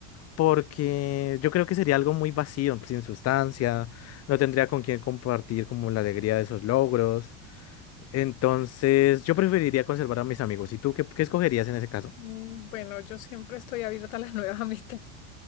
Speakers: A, on the left (about 35°); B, on the left (about 80°).
A: Porque yo creo que sería algo muy vacío, sin sustancia, no tendría con quién compartir como la alegría de esos logros. Entonces, yo preferiría conservar a mis amigos. ¿Y tú qué, qué escogerías en ese caso?
B: Mm, Bueno, yo siempre estoy abierta a las nuevas amistades.